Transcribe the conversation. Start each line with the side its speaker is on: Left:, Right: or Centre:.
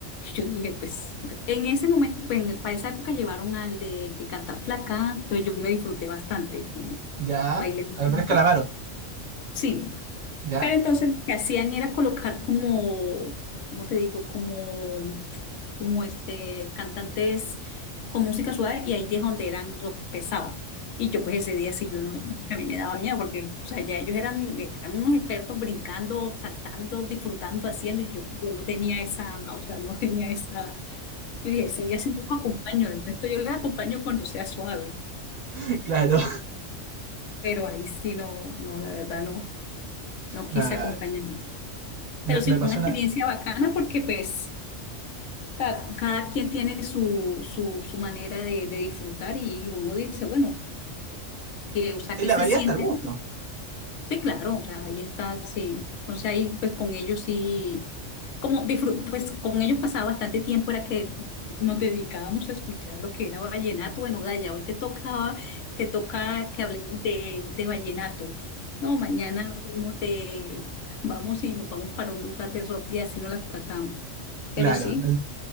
Left: yo dije, pues en ese momento, pues, en- para esa época llevaron al de Cantar Flaca, entonces yo me disfruté bastante, con,
Right: ya.
Left: bailé bastante.
Right: Andrés Calamaro,
Left: Sí,
Right: ya.
Left: pero entonces lo que hacían era colocar como, ¿cómo te digo? Como, como este, cantantes con música suave y ahí es donde eran rock pesado. Y yo pues ese día sí yo no, a mí me daba miedo porque, o sea, ya ellos eran, eran unos expertos brincando, saltando, disfrutando, haciendo y yo, yo no tenía esa, o sea, no tenía esa, yo dije, ese día sí no los acompaño, el resto yo les acompaño cuando sea suave,
Right: <laughs> Claro,
Left: pero ahí sí no, no, la verdad no, no quise
Right: me,
Left: acompañar.
Right: me-
Left: Pero sí
Right: me pasó
Left: fue una experiencia
Right: una.
Left: bacana porque pues ca- cada quien tiene su, su, su manera de, de disfrutar y uno dice, bueno, que, o sea,
Right: Es
Left: ¿qué
Right: la
Left: se
Right: variedad
Left: siente?
Right: hasta el gusto,
Left: ahí? Sí, claro, o sea, ahí está, sí. Entonces ahí pues con ellos sí, como disfru- pues con ellos pasaba bastante tiempo, era que nos dedicábamos a escuchar lo que era vallenato. Bueno, Daya, hoy te tocaba, te toca que hablemos de, de vallenato. No, mañana hablemos de, vamos y nos vamos para un lugar de rock y así nos las pasamos. Pero
Right: claro.
Left: sí,
Right: En-